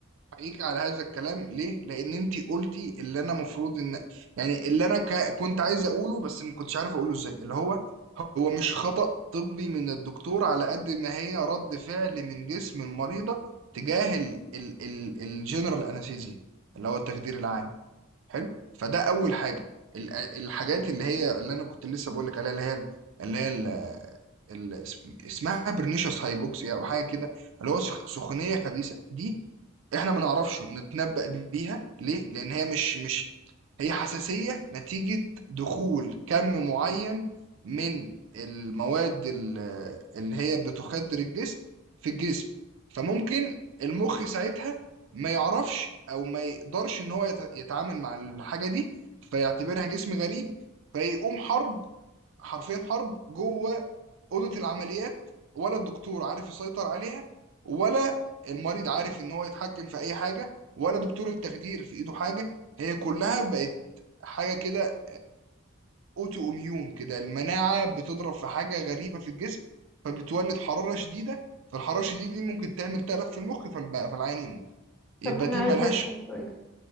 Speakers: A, on the right; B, in the centre.
A: حقيقي على هذا الكلام ليه لان انتي قلتي اللي انا مفروض ان يعني اللي انا ك... كنت عايز اقوله بس ما كنتش عارف اقوله ازاي اللي هو هو مش خطأ طبي من الدكتور على قد ما هي رد فعل من جسم المريضة تجاه الجنرال انستيزيا اللي هو التخدير العام حلو فده اول حاجه ال- الحاجات اللي هي اللي انا كنت لسه بقول لك عليها اللي هي اللي هي ال- ال- اسم- اسمها برنيشس هايبوكسيا او حاجه كده اللي هو سخ- سخونيه خبيثه دي احنا ما نعرفش نتنبأ بيها ليه لان هي مش مش هي حساسيه نتيجه دخول كم معين من المواد ال- اللي هي بتخدر الجسم في الجسم فممكن المخ ساعتها ما يعرفش او ما يقدرش ان هو يت- يتعامل مع الحاجه دي فيعتبرها جسم غريب فيقوم حرب حرفيا حرب جوه اوضه العمليات ولا الدكتور عارف يسيطر عليها ولا المريض عارف ان هو يتحكم في اي حاجه ولا دكتور التخدير في ايده حاجه هي كلها بقت حاجه كده اوتو اميون كده المناعه بتضرب في حاجه غريبه في الجسم فبتولد حراره شديده فالحراره الشديده دي ممكن تعمل تلف في المخ فالب- فالعيان يموت يبقى
B: طب انا
A: دي
B: عايزة
A: ملهاش
B: اسأل سؤال